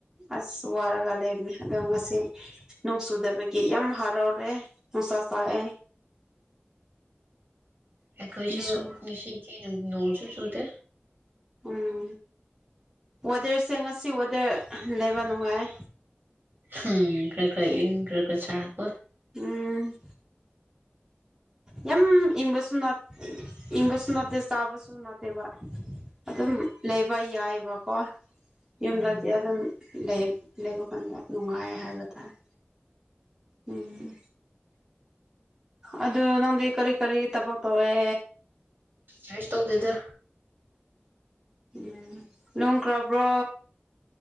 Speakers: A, on the right; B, on the right.
A: ꯑꯁ ꯋꯥꯔꯒ ꯂꯩꯕꯅꯤ ꯑꯗꯣ ꯉꯁꯤ ꯅꯨꯡ ꯆꯨꯗꯕꯒꯤ ꯌꯥꯝ ꯍꯔꯥꯎꯔꯦ ꯅꯨꯡꯁꯥ ꯁꯥꯑꯦ
B: ꯑꯩꯈꯣꯏꯁꯨ
A: ꯐꯤꯁꯨ
B: ꯉꯁꯤꯒꯤ ꯅꯣꯡꯁꯨ ꯆꯨꯗꯦ
A: ꯎꯝ ꯋꯦꯗꯔꯁꯦ ꯉꯁꯤ ꯋꯦꯗꯔ ꯂꯩꯕ ꯅꯨꯡꯉꯥꯏꯌꯦ
B: ꯎꯝ ꯈ꯭ꯔ ꯈ꯭ꯔ ꯏꯪ ꯈ꯭ꯔ ꯈ꯭ꯔ ꯁꯥ ꯀꯣ
A: ꯎꯝ ꯌꯥꯝ ꯏꯪꯕꯁꯨꯅꯠ ꯏꯪꯕꯁꯨꯅꯠꯇꯦ ꯆꯥꯕꯁꯨꯅꯠ ꯂꯩꯕ ꯑꯗꯨꯝ ꯂꯩꯕ ꯌꯥꯏꯑꯕꯀꯣ ꯌꯨꯝꯗꯗꯤ
B: ꯎꯝ
A: ꯑꯗꯨꯝ ꯂꯩ ꯂꯩꯕ ꯀꯥꯟꯗ ꯅꯨꯡꯉꯥꯏ ꯍꯥꯏꯕ ꯇꯥꯔꯦ ꯎꯝ ꯑꯗꯨ ꯅꯪꯗꯤ ꯀꯔꯤ ꯀꯔꯤ ꯇꯕꯛ ꯇꯧꯋꯦ
B: ꯀꯩꯁꯨ ꯇꯧꯗꯦꯗ
A: ꯎꯝ ꯂꯣꯡꯈ꯭ꯔꯕ꯭ꯔꯣ